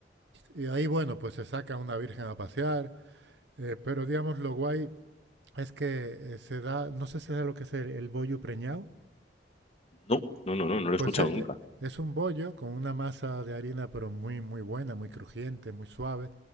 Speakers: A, on the right; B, on the left.
A: Y ahí, bueno, pues se saca una virgen a pasear, eh, pero digamos, lo guay es que eh, se da, no sé si es lo que es el, el bollo preñado,
B: No, no, no, no, no lo he
A: Pues
B: escuchado
A: eh,
B: nunca.
A: eh, es un bollo con una masa de harina, pero muy, muy buena, muy crujiente, muy suave.